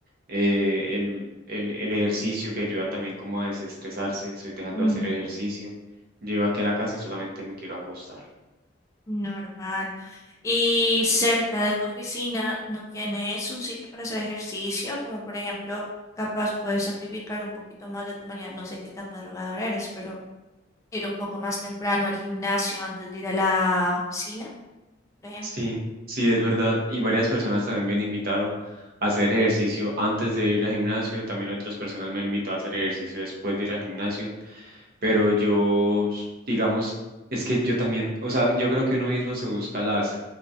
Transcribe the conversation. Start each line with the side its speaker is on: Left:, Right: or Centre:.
Right: eh, el, el, el ejercicio que ayuda también como a desestresarse, estoy dejando
Left: Ujú.
Right: de hacer ejercicio, llego aquí a la casa y solamente me quiero acostar.
Left: Normal. ¿Y cerca de tu oficina no tienes un sitio para hacer ejercicio? Como por ejemplo, capaz puedes sacrificar un poquito más de tu mañana. No sé qué tan madrugador eres, pero ir un poco más temprano al gimnasio antes de ir a la oficina, por ejemplo.
Right: Sí, sí, es verdad. Y varias personas también me han invitado a hacer ejercicio antes de ir al gimnasio. También otras personas me han invitado a hacer ejercicio después de ir al gimnasio. Pero yo, s- digamos, es que yo también, o sea, yo creo que uno mismo se busca las,